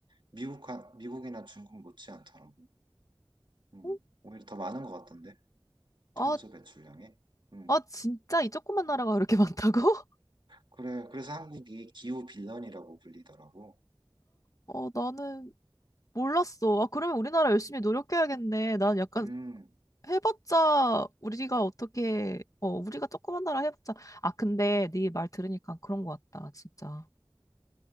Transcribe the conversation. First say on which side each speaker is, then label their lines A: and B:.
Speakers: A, on the right; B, on the left.
A: 미국, 미국이나 중국 못지않더라고.
B: <laughs>
A: 음,
B: 어?
A: 오히려 더 많은 것 같던데.
B: 아,
A: 탄소 배출량에. 음.
B: 아, 진짜 이 조그만 나라가 그렇게 많다고? <laughs>
A: 그래, 그래서 한국이 기후 빌런이라고 불리더라고.
B: 어, 나는 몰랐어. 아, 그러면 우리나라 열심히 노력해야겠네. 난 약간
A: 음,
B: 해봤자 우리가 어떻게, 어, 우리가 조그만 나라 해봤자. 아, 근데 네 말 들으니까 그런 것 같다, 진짜.